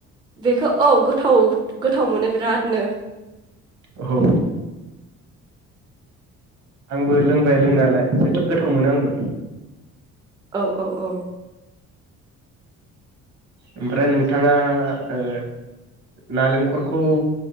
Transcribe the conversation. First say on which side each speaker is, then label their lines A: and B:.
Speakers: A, on the right; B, on the right.
A: बेखौ औ गोथाव गो गोथाव मोनो बिरादनो
B: औ आंबो लोंबाय लोंनायालाय जोबोद गोथाव मोनो आंबो
A: औ औ औ
B: ओमफ्राय नोंथाङा ओ नालेंखरखौ